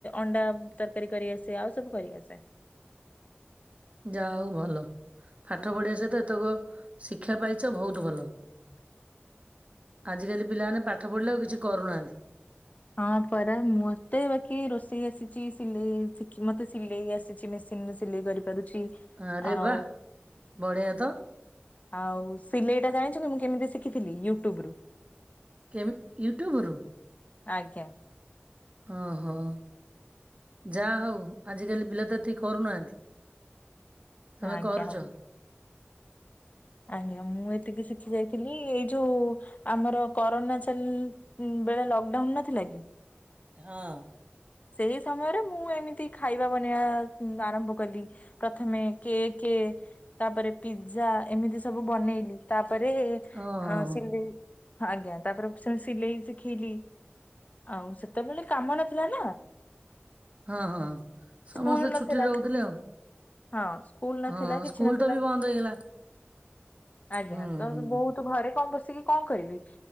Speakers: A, on the left (about 40°); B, on the right (about 35°).
A: ଅଣ୍ଡା ତରକାରୀ କରିଆସେ ଆଉ ସବୁ କରିଆସେ।
B: ଯା ହଉ ଭଲ ପାଠ ପଢିବା ସହିତ ଏତକ ଶିକ୍ଷା ପାଇଛ ବହୁତ ଭଲ।
A: ହ
B: ଆଜିକାଲି ପିଲାମାନେ ପାଠ ପଢ଼ିଲେ ଆଉ କିଛି କରୁନାହାନ୍ତି।
A: ହଁ ପରା ମତେ ବାକି ରୋଷେଇ ଆସିଛି ସିଲେଇ ଶିଖି ମତେ ସିଲେଇ ଆସିଛି ମେସି ନ ରେ ସିଲେଇ କରିପାରୁଛି।
B: ଆରେ
A: ଆଉ
B: ବାଃ ବଢ଼ିଆ ତ।
A: ଆଉ ସିଲେଇ ଟା ଜାଣିଛନ୍ତି ମୁଁ କେମିତି ଶିଖିଥିଲି ୟୁଟ୍ୟୁବ ରୁ।
B: କେମି ୟୁଟ୍ୟୁବ ରୁ।
A: ଆଜ୍ଞା।
B: ଅହୋ ଯା ହଉ ଆଜିକାଲି ପିଲା ତ ଏତିକି କରୁନାହାନ୍ତି। ତମେ
A: ଆଜ୍ଞା
B: କରୁଚ?
A: ଆଜ୍ଞା ମୁଁ ଏତିକି ଶିଖି ଯାଇଥିଲି ଏଇ ଯୋଉ ଆମର କରୋନା ଚାଲି ବେଳେ ଲକ୍ ଡାଉନ୍ ନଥିଲା କି?
B: ହଁ।
A: ସେଇ ସମୟରେ ମୁଁ ଏମିତି ଖାଇବା ବନେଇବା ଆରମ୍ଭ କଲି। ପ୍ରଥମେ କେକେ ତାପରେ ପିଜଜା ଏମିତି ସବୁ ବନେଇଲି। ତାପରେ
B: ଓହୋ
A: ସିଲି ଆଜ୍ଞା ତାପରେ ସେ ସିଲେଇ ଶିଖୀଲି ଆଉ ସେତେବେଳେ କାମ ନଥିଲା ନା।
B: ହଁ ହଁ। ସମସ୍ତେ
A: ସ୍କୁଲ୍ ନଥିଲା
B: ଛୁଟିରେ ରହୁଥିଲେ ଆଉ
A: ହଁ। ସ୍କୁଲ ନଥିଲା
B: ହଁ
A: କିଛି
B: ସ୍କୁଲ
A: ନଥିଲା।
B: ତ ବି ବନ୍ଦ ହେଇଗଲା
A: ଆଜ୍ଞା
B: ହୁଁ।
A: ତ ବୋହୁତୁ ଘରେ କଁ ବସିକି କଁ କରିବି